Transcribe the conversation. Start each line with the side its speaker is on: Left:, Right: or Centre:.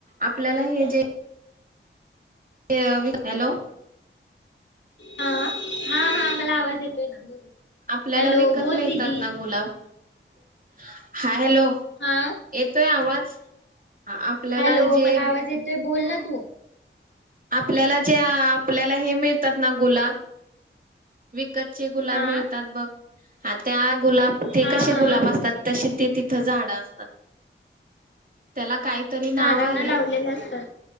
Right: आपल्याला हे जे ते अवि, हॅलो.
Left: अ हा हा मला आवाज येतोय ना.
Right: आपल्याला
Left: हॅलो
Right: विकत
Left: बोल
Right: मिळतात
Left: दिदी
Right: ना गुलाब? हा हाय. हॅलो
Left: हा
Right: येतोय आवाज? आपल्याला
Left: हॅलो
Right: जे
Left: मला आवाज येतोय बोल ना. तू.
Right: आपल्याला जे आपल्याला हे मिळतात ना गुलाब, वि कतचे गुलाब
Left: हा
Right: मिळतात बघ. हा त्या गुलाब ते
Left: हा
Right: कसे
Left: हा
Right: गुलाब असतात तसे ते तिथं झाडं असतात त्याला काहीतरी नाव
Left: झाडांना
Right: आहे.
Left: लावलेलं असतात